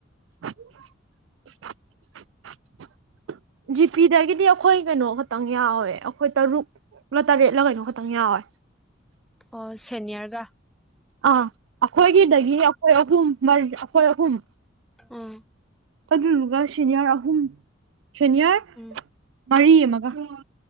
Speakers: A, on the right (about 65°); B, in the centre.
A: <inaudible> ꯖꯤꯄꯤꯗꯒꯤꯗꯤ ꯑꯩꯈꯣꯏ ꯀꯩꯅꯣ ꯈꯛꯇꯪ ꯌꯥꯎꯋꯦ ꯑꯩꯈꯣꯏ ꯇꯔꯨꯛꯂ ꯇꯔꯦꯠꯂ ꯀꯩꯅꯣ ꯈꯛꯇꯪ ꯌꯥꯎꯋꯦ
B: ꯑꯣ ꯁꯦꯅꯤꯌꯔꯒ
A: ꯑꯥ ꯑꯩꯈꯣꯏꯒꯤꯗꯒꯤ ꯑꯩꯈꯣꯏ ꯑꯍꯨꯝ ꯃꯔ ꯑꯈꯣꯏ ꯑꯍꯨꯝ
B: ꯎꯝ
A: ꯑꯗꯨꯗꯨꯒ ꯁꯤꯅꯤꯌꯥꯔ ꯑꯍꯨꯝ ꯁꯦꯅꯤꯌꯔ
B: ꯎꯝ
A: ꯃꯔꯤ ꯑꯃꯒ ꯑ